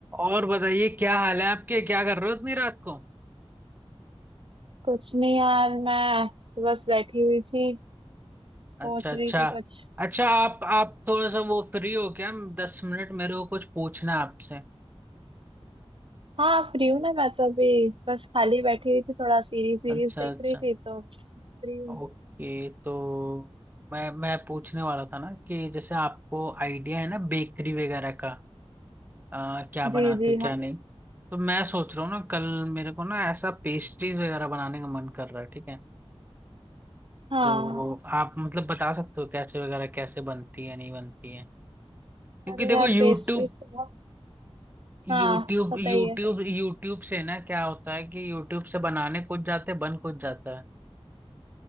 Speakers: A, on the right (about 15°); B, on the right (about 60°).
A: और बताइए क्या हाल है आपके क्या कर रहे हो इतनी रात को
B: कुछ नहीं यार मैं तो बस बैठी हुई थी
A: अच्छा
B: सोच
A: अच्छा
B: रही थी कुछ
A: अच्छा आप आप थोड़ा सा वो फ्री हो क्या दस मिनट मेरे को कुछ पूछना है आपसे
B: हाँ फ्री हूँ ना मैं तो अभी बस खाली बैठी हुई थी थोड़ा सीरीज सीरीज
A: अच्छा
B: देख
A: अच्छा
B: रही थी तो फ्री हूँ
A: ओके तो मैं मैं पूछने वाला था ना कि जैसे आपको आइडिया है ना बेकरी वगैरह का आ, क्या
B: जी
A: बनाते
B: जी
A: क्या
B: हाँ
A: नहीं तो मैं सोच रहा हूँ ना कल मेरे को ना ऐसा पेस्ट्रीज वगैरह बनाने का मन कर रहा है ठीक है
B: हाँ
A: तो आप मतलब बता सकते हो कैसे वगैरह कैसे बनती है नहीं बनती है क्योंकि
B: अरे
A: देखो
B: यार
A: YouTube
B: पेस्ट्रीज तो बहुत हाँ
A: यूट्यूब
B: पता
A: यूट्यूब
B: ही है
A: यूट्यूब से ना क्या होता है कि यूट्यूब से बनाने कुछ जाते हैं, बन कुछ जाता है